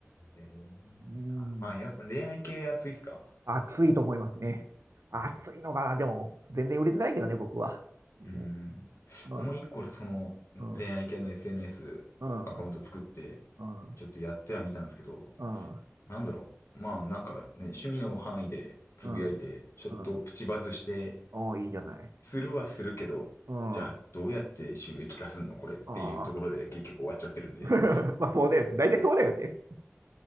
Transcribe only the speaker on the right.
うん
暑いと思いますね。暑いのかなでも、
全然売れてないけどね、僕は。うん、
うん、うん、
うん、
うん、
うん、
うんうん
おーいいじゃない。
うん、
ああ。<laughs> まあ、そうだよね。大体そうだよね。